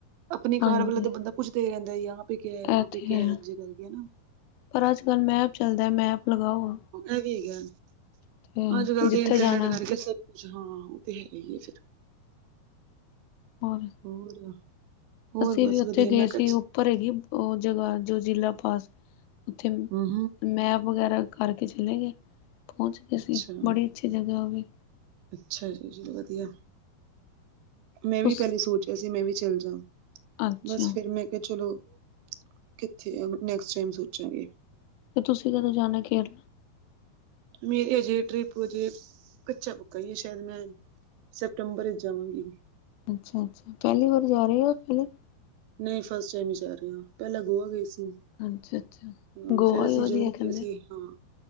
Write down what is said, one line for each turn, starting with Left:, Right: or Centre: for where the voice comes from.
Right: ਆਪਨੀ
Left: ਹਾਂਜੀ
Right: ਕਾਰ ਵੇਲੇ ਤੇ ਬੰਦਾ ਪੁੱਛਦੇ ਰੈਂਦਾ ਯਹਾਂ ਪੇ ਕੇ ਐ ਵਹਾਂ
Left: ਇਹ
Right: ਪੇ
Left: ਤੇ
Right: ਕੈ
Left: ਹੈ
Right: ਆ ਐਂਜ ਕਰਕੇ ਨਾ।
Left: ਪਰ ਅੱਜ -ਕੱਲ ਮੈਪ ਚੱਲਦੈ, ਮੈਪ ਲਗਾਓ।
Right: ਐ ਵੀ ਹੇਗੈ
Left: ਤੇ
Right: ਅੱਜ ਕੱਲ
Left: ਜਿੱਥੇ
Right: ਤੇ ਇੰਟਰਨੈਟ
Left: ਜਾਣਾ
Right: ਕਰਕੇ ਸਬ ਕੁਛ ਹਾਂ, ਓ ਤੇ ਹੈ ਈ ਏ ਫਿਰ।
Left: ਹੋਰ।
Right: ਹੋਰ। ਹੋਰ
Left: ਅਸੀ
Right: ਬਸ
Left: ਵੀ ਉੱਥੇ
Right: ਵਧੀਆ
Left: ਗਏ
Right: ਮੈਂ
Left: ਸੀ
Right: ਕਿਹਾ
Left: ਓ ਭਰੇਗੀ ਓ ਜਗ੍ਹਾ ਜੋ ਜਿੱਲ੍ਹਾ ਪਾਸ ਉੱਥੇ
Right: ਹੂੰ ਹੂੰ
Left: ਮੈਪ ਵਗੈਰਾ ਕਰਕੇ ਚਲੇ ਗਏ ਪੌਂਚ ਗੇ
Right: ਅੱਛਾ।
Left: ਸੀ ਬੜੀ ਅੱਛੀ ਜਗ੍ਹਾ ਓ ਵੀ।
Right: ਅੱਛਾ ਜੀ -ਜੀ ਵਦੀਆ ਮੈਂ
Left: ਤੁਸ
Right: ਵੀ ਪੈਲੇ ਸੋਚਿਆ ਸੀ ਮੈਂ ਵੀ ਚੱਲ ਜਾਂ
Left: ਅੱਛਾ
Right: ਬਸ, ਫਿਰ ਮੈਂ ਕਿਆ ਚਲੋ ਕਿੱਥੇ ਐ ਨੈਕਸਟ ਟਾਈਮ ਸੋਚਾਂਗੇ।
Left: ਤੇ ਤੁਸੀ ਕਦੋਂ ਜਾਨੈ ਕੇਰਲ?
Right: ਮੇਰੀ ਅਜੇ ਟ੍ਰਿਪ ਅਜੇ ਕੱਚਾ ਪੱਕਾ ਈ ਏ ਸ਼ੈਦ ਮੈਂ ਸੈਪਟੰਬਰ ਇਚ ਜਾਵਾਂਗੀ।
Left: ਅੱਛਾ, ਅੱਛਾ ਪੈਲੀ ਵਾਰੀ ਜਾ ਰੇ ਓ ਪੈਲੇ
Right: ਨਈ ਫਸਟ ਟਾਈਮ ਈ ਜਾ ਰੇ ਆਂ ਪੈਲਾ ਗੋਆ ਗਏ ਸੀ।
Left: ਅੱਛਾ ਅੱਛਾ
Right: ਹਾਂ,
Left: ਗੋਆ
Right: ਫੇਰ ਅਸੀ
Left: ਹੀ ਵਧੀਆ
Right: ਜਮੂ
Left: ਕਹਿੰਦੇ
Right: ਗਏ ਸੀ ਹਾਂ।